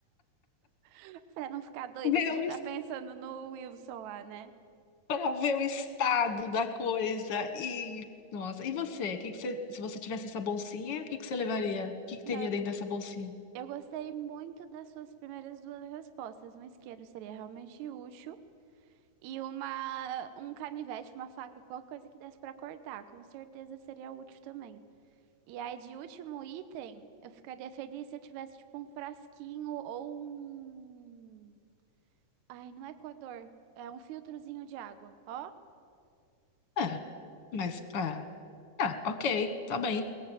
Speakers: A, on the right; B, on the left.
A: <laughs> Pra não ficar doida,
B: olhar,
A: você já tá pensando no Wilson lá, né?
B: para ver o estado da coisa e Nossa, e você? O que que você, se você tivesse essa bolsinha, o que que você levaria? O que que
A: Não,
B: teria dentro dessa bolsinha?
A: Eu gostei muito das suas primeiras duas respostas. Um isqueiro seria realmente útil e uma um canivete, uma faca, qualquer coisa que desse pra cortar, com certeza seria útil também. E aí de último item, eu ficaria feliz se eu tivesse tipo um frasquinho ou um Ai, não é coador, é um filtrozinho de água, ó.
B: É, mas ah, ah, ok, tá bem.